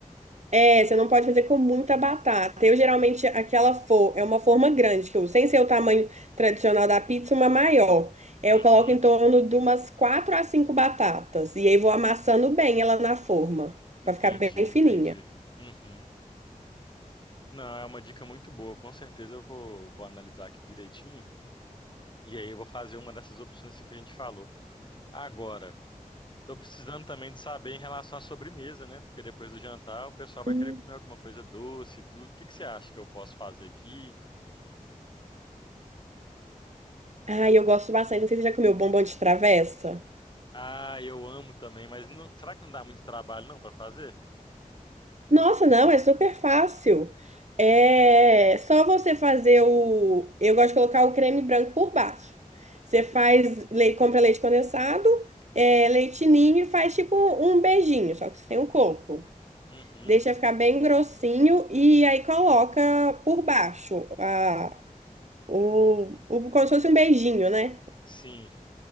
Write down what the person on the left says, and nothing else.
Uhum,
entendi,
entendi. Uhum. Não, é uma dica muito boa. Com certeza eu vou, vou analisar aqui direitinho. E aí eu vou fazer uma dessas opções aqui que a gente falou. Agora, tô precisando também de saber em relação à sobremesa, né? Porque depois do jantar o pessoal vai
querer comer alguma coisa doce e tudo. O que que você acha que eu posso fazer aqui?
Ah, eu amo também, mas não- será que não dá muito trabalho não para fazer?
Uhum.
Sim,